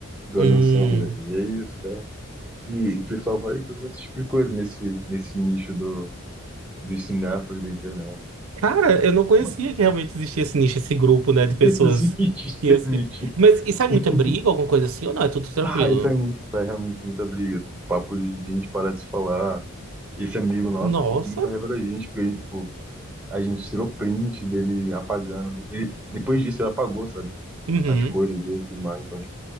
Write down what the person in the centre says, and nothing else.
Do
Adam Sandler. E é isso, cara. E o pessoal vai fazer esse tipo de coisa nesse, nesse nicho do, dos cinéfilos da internet.
Mas
<laughs>
existe,
existe.
<laughs>
Ah, isso é, muito, isso é realmente muita briga. Tipo, papo de gente parar de se falar. Esse amigo nosso
ficou com muita raiva da gente, porque ele, tipo, a gente tirou print dele apagando. Ele, depois disso, ele apagou, sabe?
As coisas dele e tudo mais. Então, tipo,